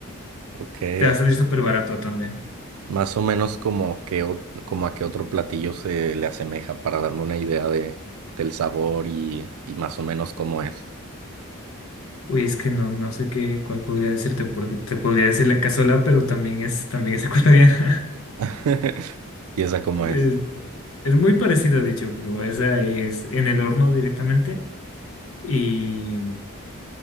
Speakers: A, on the right; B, on the left.
A: ok.
B: te va
A: ok.
B: a salir súper barato también.
A: Más o menos como, que, o- como a qué otro platillo se le asemeja para darme una idea de, del sabor y, y más o menos cómo es.
B: Uy, es que no, no sé qué, cuál podría decirte porque te podría decir la cazuela, pero también es, también es ecuatoriana.
A: <laughs> ¿Y esa cómo
B: Es,
A: es?
B: es muy parecido, de hecho, pero esa es en el horno directamente. Y,